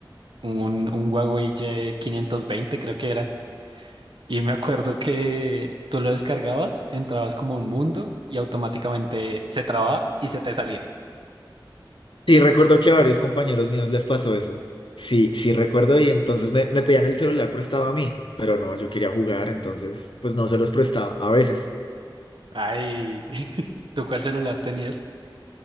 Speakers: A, on the right; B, on the left.
A: un, un Huawei Y520 creo que era. Y me acuerdo que tú lo descargabas, entrabas como a un mundo y automáticamente se trababa y se te salía.
B: Sí, recuerdo que a varios compañeros míos les pasó eso. Sí, sí recuerdo y entonces me, me pedían el celular prestado a mí, pero no, yo quería jugar, entonces pues no se los prestaba a veces.
A: Ay, <laughs> ¿tú cuál celular tenías?